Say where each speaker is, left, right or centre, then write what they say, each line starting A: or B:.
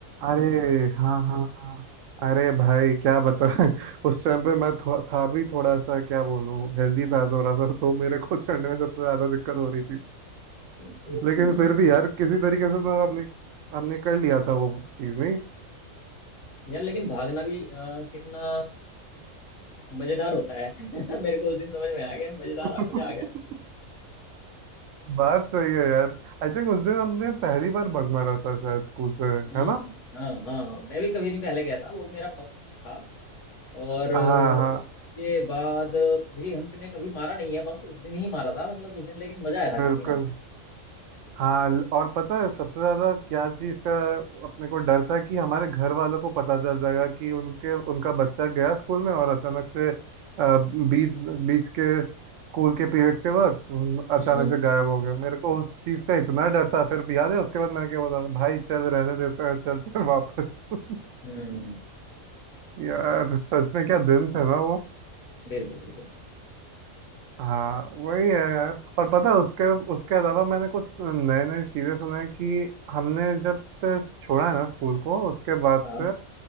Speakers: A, on the right; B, on the left.
A: अरे हाँ हाँ हाँ अरे भाई क्या बता <laughs> उस टाइम पे मैं थो, था भी थोड़ा सा क्या बोलूँ हेल्दी था थोड़ा सा तो मेरे को चढ़ने में सबसे ज्यादा दिक्कत हो रही थी
B: हम्म।
A: लेकिन फिर भी यार किसी तरीके से तो आपने हमने कर लिया था वो चीज़ नहीं
B: यार लेकिन भागना भी अ, कितना मजेदार होता है <laughs> मेरे को उस दिन समझ में आ गया मजेदार
A: <laughs>
B: आ मजा आ गया
A: बात सही है यार आई थिंक उस दिन हमने पहली बार बग मारा था शायद स्कूल से
B: हम्म
A: है ना
B: हम्म, हाँ हाँ हाँ मैं भी कभी नहीं पहले गया था वो मेरा फर्स्ट था और अ,
A: हाँ हाँ
B: उसके बाद भी हमने कभी मारा नहीं है बंक उस दिन ही मारा था मतलब उस दिन लेकिन मजा आया था काफी
A: बिल्कुल
B: ना
A: हाँ ल- और पता है सबसे ज्यादा क्या चीज का अपने को डर था कि हमारे घर वालों को पता चल जाएगा कि उनके उनका बच्चा गया स्कूल में और अचानक से अ, बीच बीच के स्कूल के पीरियड्स के वक्त उन-
B: हम्म
A: अचानक से गायब हो गया मेरे को उस चीज का इतना डर था फिर भी याद है उसके बाद मैंने क्या बोला भाई चल रहने देते हैं चलते हैं वापस <laughs>
B: हम्म हम्म,
A: यार सच में क्या दिन थे ना
B: बिल्कुल बिल्कुल
A: हाँ वही है यार और पता है, उसके उसके अलावा मैंने कुछ नए नए चीज़ें सुना है कि हमने जब से छोड़ा है ना स्कूल को उसके बाद
B: हाँ
A: से